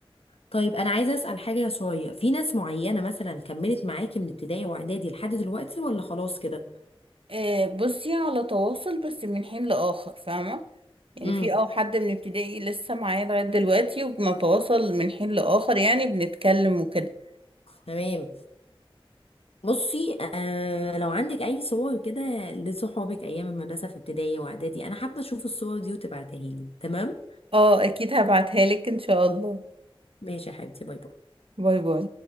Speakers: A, on the left; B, on the right.
A: طيب انا عايزه اسال حاجه شويه في ناس معينه مثلا كملت معاكي من ابتدائي واعدادي لحد دلوقتي ولا خلاص كده
B: آه، بصي على تواصل بس من حين لآخر فاهمة يعني
A: امم
B: في اه حد من ابتدائي لسه معايا لغاية دلوقتي وبنتواصل من حين لآخر يعني بنتكلم وكده
A: تمام بصي آه لو عندك اي صور كده لصحابك ايام المدرسه في ابتدائي واعدادي انا حابه اشوف الصور دي وتبعتها لي تمام
B: اه اكيد هبعتها لك ان شاء الله
A: ماشي يا حبيبتي باي باي
B: باي باي